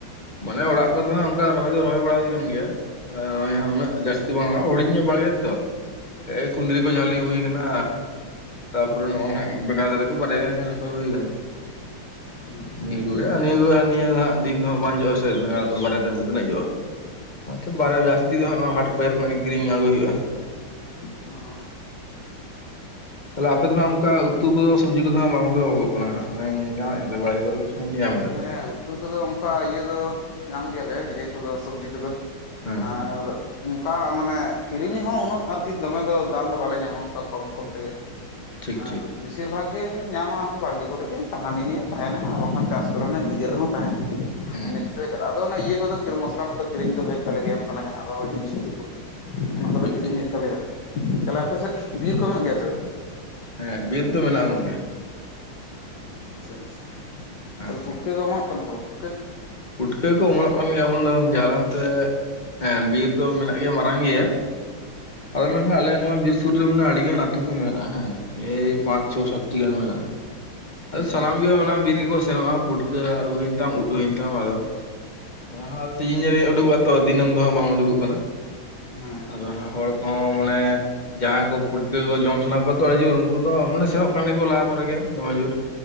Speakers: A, on the left; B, on the left.
A: ᱢᱟᱱᱮ
B: ᱟᱪᱪᱷᱟ
A: ᱚᱲᱟᱜ ᱠᱚᱨᱮ ᱛ ᱚᱱᱠᱟ ᱨᱚᱦᱚᱭ ᱫᱚ ᱨᱚᱦᱚᱭ ᱵᱟᱲᱟ ᱦᱩᱭ ᱟᱠ ᱜᱮᱭᱟᱜ ᱩᱱᱟᱹᱜ ᱡᱟᱹᱥᱛᱤ ᱵᱟᱝᱼᱟ ᱦᱩᱰᱤᱧ ᱧᱚᱜ ᱵᱟᱲ ᱜᱮᱭᱟ ᱛᱚ ᱮᱭ ᱠᱩᱸᱫᱽᱨᱤ ᱠᱚ ᱡᱷᱟᱹᱞᱤ ᱦᱩᱭ ᱟᱠᱟᱱᱟ ᱛᱟᱯᱚᱨᱮ ᱱᱚᱜᱼᱚᱭᱜ ᱵᱮᱸᱜᱟᱲ ᱫᱷᱟᱨᱟ ᱠᱚ ᱵᱟᱨᱭᱟ ᱜᱟᱱ ᱜᱮ ᱦᱩᱭ ᱠᱟᱱᱟ
B: ᱟᱪᱪᱷᱟ
A: ᱱᱤᱭᱟᱹ
B: ᱟᱪᱪᱷᱟ
A: ᱠᱚ ᱜᱮ ᱱᱤᱭᱟᱹ ᱠᱚ ᱱᱤᱭᱟᱹ ᱫᱤᱱ ᱫᱚ ᱦᱟᱸᱜ ᱵᱟᱝ ᱦᱩᱭᱩᱜᱼᱟ ᱥᱮ ᱵᱮᱸᱜᱟᱲ ᱫᱚ ᱵᱟᱨᱭᱟ ᱫᱟᱨᱮ ᱨᱮ ᱛᱤᱱᱟᱹᱜ ᱦᱩᱭᱩᱜᱼᱟ ᱟᱮᱪᱷᱟ ᱵᱟᱨᱮ ᱡᱟᱹᱥᱛᱤ ᱫᱚ ᱦᱜ ᱦᱟᱴ ᱵᱟᱡᱟᱨ ᱠᱷᱚᱱᱟᱜ ᱜᱮ ᱠᱤᱨᱤᱧ ᱟᱹᱜᱩᱭ ᱦᱩᱭᱩᱜᱼᱟ
B: ᱚ
A: ᱛᱟᱦᱚᱞᱮ ᱟᱯᱮ ᱫᱚ ᱱᱟᱜ ᱚᱱᱠᱟ ᱩ ᱠᱚ ᱥᱚᱵᱡᱤ ᱠᱚᱫᱚᱱᱟᱜ ᱵᱟᱝ ᱚᱜᱚᱜ ᱠᱟᱱᱟ ᱦᱟᱸᱜᱟᱱᱮᱧ ᱧᱟᱢᱮᱫ ᱯᱮ ᱵᱟᱲᱮ ᱠᱚᱨᱮᱜ ᱧᱟᱢᱮᱫᱟ
B: ᱦᱮᱸ ᱩᱛᱩ ᱠᱚᱫᱚ ᱚᱱᱠᱟ ᱤᱭᱟᱹ ᱫᱚ ᱧᱟᱢ ᱜᱮᱭᱟᱞᱮ ᱤᱭᱟᱹ ᱠᱚᱫᱚ ᱥᱚᱵᱽᱡᱤ ᱠᱚᱫᱚ
A: ᱦᱮᱸ
B: ᱟᱨ
A: ᱦᱮᱸ
B: ᱚᱱᱠᱟ ᱢᱟᱱᱮ ᱠᱤᱨᱤᱧ ᱦᱚᱸ ᱩᱱᱟᱹᱜ ᱟᱨᱠᱤ ᱫᱚᱢᱮ ᱫᱚ ᱫᱟᱢ ᱫᱚ ᱵᱟᱞᱮ ᱧᱟᱢᱟ ᱚᱱᱠᱟ ᱠᱚᱢ ᱠᱚᱢ ᱛᱮᱜᱮ
A: ᱴᱷᱤᱠ
B: ᱟᱨ
A: ᱴᱷᱤᱠ
B: ᱵᱮᱥᱤᱨ ᱵᱷᱟᱜᱽ ᱜᱮᱞ ᱞᱮ ᱧᱟᱢᱟ ᱚᱱᱟ ᱵᱟᱲᱜᱮ ᱠᱚᱨᱮ ᱠ ᱛᱟᱦᱟᱱᱤ ᱞᱮ ᱛᱟᱦᱮᱱᱟ ᱟᱨ ᱵᱟᱝᱠᱷᱟᱱ ᱪᱟᱥ ᱠᱚ ᱠᱚ ᱱᱤᱡᱮᱨ ᱦᱚᱸ ᱛᱟᱦᱮᱱ
A: ᱦᱮᱸ
B: ᱤᱱᱟᱹ
A: ᱦᱮᱸ
B: ᱠᱚ ᱛᱮ ᱪᱟᱞᱟᱜᱼᱟ ᱟᱫᱚ ᱚᱱᱟ ᱤᱭᱟᱹ ᱠᱚᱫᱚᱤᱨ ᱢᱚᱥᱞᱟ ᱠᱚᱫᱚ ᱠᱤᱨᱤᱧ ᱫᱚ ᱦᱩᱭᱩᱜ ᱛᱟᱞᱮ ᱜᱮᱭᱟ ᱚᱱᱱᱟᱜ ᱡᱟᱦᱟᱸ ᱨᱚᱦᱚᱲ ᱡᱤᱱᱤᱥ ᱩᱛᱩ ᱠᱚ ᱚᱱᱟ ᱠᱚᱫᱚ
A: ᱴᱷᱤᱠ
B: ᱠᱤᱨᱤᱧ
A: ᱴᱷᱤᱠ
B: ᱦᱩᱭᱩᱜ ᱛᱟᱞᱮᱭᱟ ᱟᱨᱠᱤ ᱛᱟᱦᱞᱮ ᱟᱯᱮ ᱥᱮᱫ ᱵᱤᱨ ᱠᱚ ᱢᱮᱱᱟᱜ ᱜᱮᱭᱟ ᱥᱮ ᱵᱟᱝ
A: ᱦᱮᱸ ᱵᱤᱨ ᱫᱚ ᱢᱮᱱᱟᱜ ᱜᱚᱝᱠᱮ
B: ᱟᱪᱷᱟ ᱟᱪᱷᱟ
A: ᱦᱮᱸ
B: ᱛᱟᱦᱚᱞᱮ ᱯᱴᱠᱟᱹ ᱠᱚ ᱚᱢᱚᱱᱚᱜ ᱠᱟᱱᱟ ᱥᱮ ᱵᱟᱝ ᱯᱷᱩᱴᱠᱟᱹ
A: ᱯᱩᱴᱠᱟᱹ ᱠᱚ ᱚᱢᱚᱱᱚᱜ ᱠᱟᱱ ᱜᱮᱭᱟ ᱮᱢᱚᱱ ᱫᱚ ᱟᱞ ᱱᱛᱮ ᱦᱮᱸ ᱵᱤᱨ ᱫᱚ ᱢᱮᱱᱟᱜ ᱜᱮᱭᱟ ᱢᱟᱨᱟᱝ ᱜᱮᱭᱟ ᱟᱫᱚ ᱢᱮᱱᱠᱷᱟᱱ ᱟᱞᱮ ᱱᱚᱣᱟ ᱵᱤᱨ ᱥᱩᱨ ᱨᱮ ᱢᱟᱱᱮ ᱟᱹᱰᱤ ᱜᱟᱱ ᱟᱹᱛᱩᱳ ᱠᱚ ᱢᱮᱱᱟᱜᱼᱟ ᱦᱮᱸ ᱮᱭ ᱯᱟᱸᱪ ᱪᱷᱚ ᱥᱟᱛᱴᱤ ᱜᱟᱱ ᱢᱮᱱᱟᱜᱼᱟ
B: ᱟᱪᱪᱷᱟ
A: ᱟᱫᱚ ᱥᱟᱱᱟᱢ ᱜᱮ ᱚᱱᱟ ᱵᱤᱨ ᱨᱮᱠᱚ ᱥᱮᱱᱚᱜᱼᱟ ᱯᱩᱴᱠᱟᱹ ᱦᱩᱭᱮᱱ ᱛᱟᱢ ᱩᱫ ᱦᱩᱭᱮᱱ ᱛᱟᱢ ᱟᱫᱚ ᱱᱚᱣᱟ ᱦᱚᱸ ᱥᱤᱡᱤᱱ ᱡᱤ ᱩᱰᱩᱠᱚᱜᱼᱟ ᱛᱚ ᱫᱤᱱᱟᱹᱢ ᱫᱚ ᱦᱟᱸᱜ ᱵᱟᱝ ᱩᱰᱩᱠᱚᱜ ᱠᱟᱱᱟ
B: ᱦᱮᱸ ᱦᱮᱸ
A: ᱟᱫᱚ ᱦᱟᱸᱜ ᱦᱚᱲ ᱦᱚᱸ ᱢᱟᱱᱮ ᱡᱟᱦᱟᱸᱭ ᱠᱚ ᱯᱩᱴᱠᱟᱹ ᱠᱚ ᱡᱚᱢ ᱥᱟᱱᱟ ᱠᱚᱣᱟ ᱛᱚ ᱟᱹᱰᱤ ᱡᱳᱨ ᱩᱱᱠᱩ ᱫᱚ ᱢᱟᱱᱮ ᱥᱮᱱᱚᱜ ᱠᱟᱱ ᱜᱮᱭᱟᱠᱚ ᱞᱟᱦᱟ ᱠᱚᱨᱮᱜ ᱜᱮ ᱫᱚᱢᱮ ᱡᱳᱨ